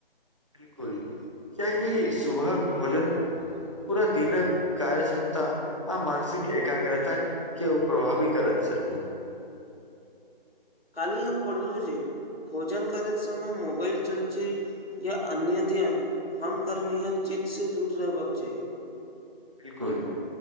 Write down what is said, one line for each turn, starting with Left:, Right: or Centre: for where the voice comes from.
Right: बिल्कुल किया की सुबह कऽ भोजन पूरा दिन कार्य क्षमता आ मानसिक एकाग्रता केँ ओ प्रभावी करत छथि
Left: काल्ही हम पढ़लु जे भोजन करैत समय मोबाइल चलचित या अन्य ध्यान भंग करनिहत चीज से दूर रहबाक चाही
Right: बिल्कुल